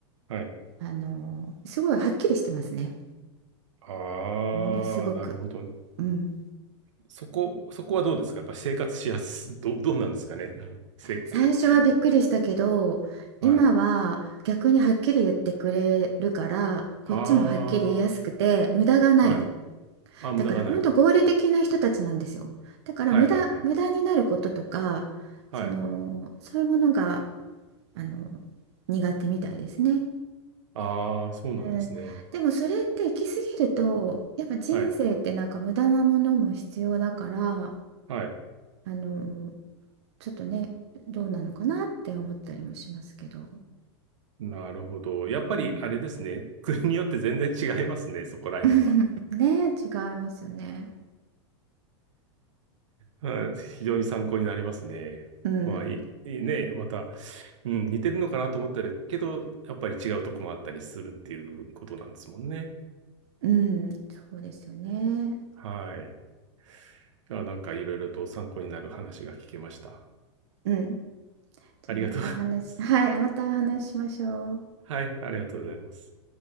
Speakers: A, on the right; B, on the right.
A: はい。
B: あのすごいはっきりしてますね
A: ああ、
B: ものすごく。
A: なるほど。
B: うん
A: そこ、そこはどうですかやっぱ生活しやす、ど、どうなんですかねあの、せ、
B: 最初はびっくりしたけど今は逆にはっきり言ってくれるからこっちもはっきり言いやすくて無駄がない
A: <laughs> はい。ああ、はい。あ、無駄がない。
B: だから本当合理的な人たちなんですよだから無駄、
A: はいはいはい。
B: 無駄になることとかそのそういうものが
A: はい。
B: あの苦手みたいですね、
A: ああ、そうなんですね。
B: うん、でもそれって行き過ぎるとやっぱ人生ってなんか無駄なものも必要だから
A: はい。はい。
B: あのちょっとねどうなのかなって思ったりもしますけど。
A: なるほど。やっぱりあれですね。
B: うん
A: <laughs> 国によって全然違いますね、そこら辺は。
B: <laughs> うんね、違いますよね。
A: はい非常に参考になりますね。
B: うん、
A: まあ、いいいね、また、うん、似てるのかなと思ったりけど、やっぱり違うとこもあったりするっていうことなんですもんね。
B: うん、そうですよね。
A: はい。いやなんかいろいろと参考になる話が聞けました。
B: うん。じゃあまたお話、
A: ありがとうございます。
B: <laughs> はい、またお話ししましょう。
A: はい、ありがとうございます。